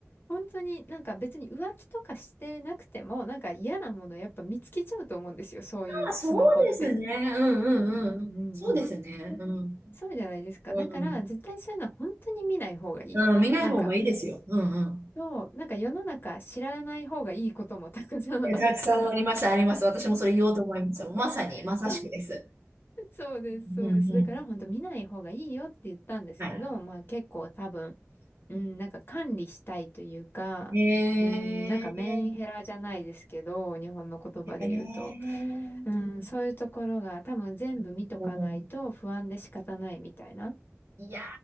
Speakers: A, on the left; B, on the right.
A: 本当になんか別に浮気とかしてなくても、なんか嫌なものやっぱ見つけちゃうと思うんですよ。そういうスマホって。
B: あ、そうですね。うんうんうんうん。
A: うんうんうん。
B: そうですね。うん。
A: そうじゃないですか。
B: うん。
A: だから、絶対そういうのは本当に見ない方がいいって言って、
B: うん、見ない方がいいですよ。
A: なんか、
B: うんうん。
A: そう、なんか世の中知らない方がいいこともたくさんあるから、
B: え、たくさんあります、あります。私もそれ言おうと思いました。まさに、
A: <laughs>
B: まさしくです。
A: そう <laughs> そうです、
B: うんうん。
A: そうです。だから本当見ない方がいいよって言ったんですけど、
B: はい。は
A: まあ結構多分、うん、なんか管理したいというか、
B: い。えー、
A: うん、なんかメンヘラじゃないですけど、日本の言葉で言うと、
B: え
A: うん、そういうところが多分全部見とかないと不安で仕方ないみたいな。
B: ー、うん。いや